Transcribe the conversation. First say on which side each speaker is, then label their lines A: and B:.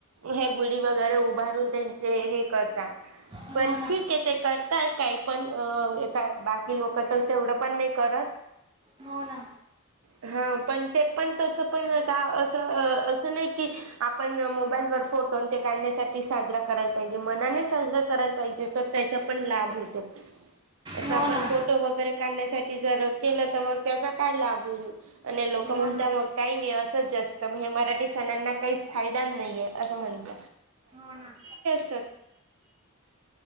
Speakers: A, on the right; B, on the right.
A: हे गुडी वगैरे उभारून त्यांचे हे करतात
B: हो
A: पण
B: ना,
A: ठीक आहे ते करताय काही पण का बाकी लोक तर तेवढं पण नाही करत,
B: हो ना,
A: <inaudible> ह पण ते पण तस पण असं-असं नाही की, आपण मोबाईल वर फोटो ते काढण्यासाठी साजरा करायला पाहिजे मनाने साजरा करायला पाहिजे तर त्याचा पण लाभ होतो. असं
B: हो
A: आपण
B: ना,
A: फोटो वगैरे काढण्यासाठी जर केलं तर मग त्याचा काय लाभ होईल आणि लक ल
B: हो
A: म्हणता
B: ना,
A: मग काही नाही असंच जास्त मग हे मराठी सणांना काहीच फायदा नाहीे असं म्हणत
B: हो ना,
A: <unintelligible> हा